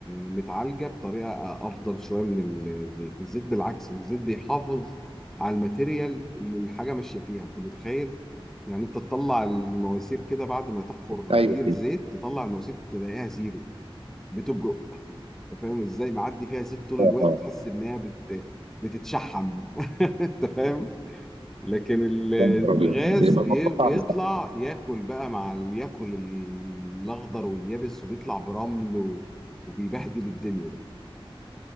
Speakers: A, in the centre; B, on the right.
A: متعالجة بطريقة أفضل شوية من الزيت الزيت بالعكس الزيت بيحافظ على الماتيريال اللي الحاجة ماشية فيها أنت متخيل؟ يعني أنت تطلع المواسير كده بعد ما تحفر
B: ايوه
A: بير زيت تطلع المواسير تلاقيها زيرو بتبرق أنت فاهم إزاي؟ معدي فيها زيت طول
B: اه
A: الوقت
B: اه
A: تحس إنها بت... بتتشحم <laughs> أنت فاهم؟ لكن ال- الغاز
B: يا نهار ابيض بيبقى
A: بي-
B: الموضوع
A: بيطلع
B: صعب صح.
A: ياكل بقى مع ال- ياكل ال- الاخضر واليابس وبيطلع برمل و- وبيبهدل الدنيا ده